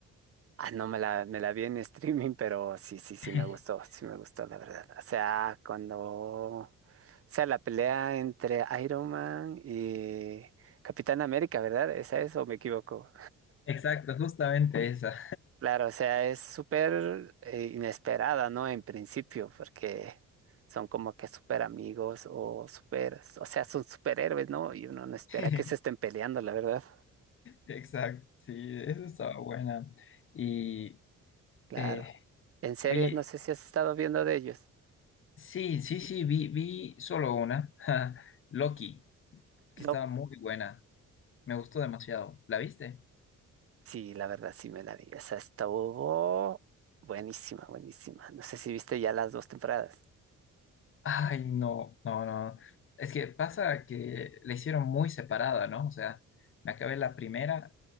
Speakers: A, on the right (about 50°); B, on the left (about 45°).
A: Ah, no, me la, me la vi en streaming, pero sí, sí, sí
B: <laughs>
A: me gustó, sí me gustó, la verdad. O sea, cuando, o sea, la pelea entre Iron Man y Capitán América, ¿verdad? ¿Esa es o me equivoco?
B: Exacto, justamente esa.
A: Claro, o sea, es súper eh, inesperada, ¿no? En principio, porque son como que súper amigos o súper, o sea, son superhéroes, ¿no? Y uno no espera
B: <laughs>
A: que se estén peleando, la verdad.
B: Exacto, sí, eso estaba buena. Y,
A: Claro.
B: eh,
A: En series,
B: oye,
A: no sé si has estado viendo de ellos.
B: sí, sí, sí, vi, vi solo una, <laughs> Loki, que
A: No.
B: estaba muy buena. Me gustó demasiado. ¿La viste?
A: Sí, la verdad sí me la vi. Esa estuvo buenísima, buenísima. No sé si viste ya las dos temporadas.
B: Ay, no, no, no. Es que pasa que la hicieron muy separada, ¿no? O sea, me acabé la primera